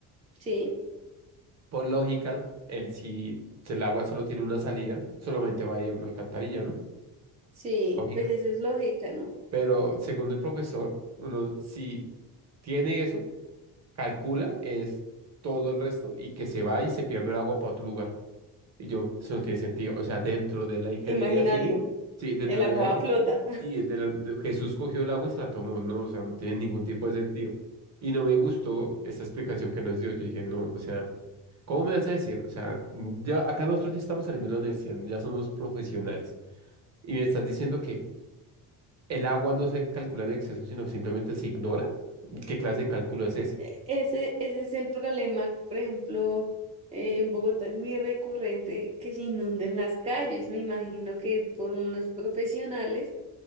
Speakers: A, on the right (about 15°); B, on the right (about 35°).
A: Sí,
B: Por lógica, el, si si el agua solo tiene una salida, solamente va a ir a una alcantarilla, ¿no?
A: sí,
B: Lógica.
A: pues eso es lógica, ¿no?
B: Pero según el profesor, uno si tiene eso, calcula, es todo el resto y que se va y se pierde el agua para otro lugar. Y yo, eso no tiene sentido. O sea, dentro de la ingeniería
A: Imaginario.
B: civil, sí, dentro
A: El
B: de
A: agua
B: la vida de, Je-
A: flota. <laughs>
B: sí, de la- de- Jesús cogió el agua y se la tomó. No, o sea, no tiene ningún tipo de sentido. Y no me gustó esa explicación que nos dio. Yo dije, no, o sea, ¿cómo me vas a decir? O sea, ya acá nosotros ya estamos saliendo de la universidad, ya somos profesionales. Y me estás diciendo que el agua no se calcula en exceso, sino simplemente se ignora. ¿Qué clase de cálculo es ese?
A: e, Ese, ese es el problema, que, por ejemplo, eh, en Bogotá es muy recurrente que se inunden las calles. Me imagino que es por unos profesionales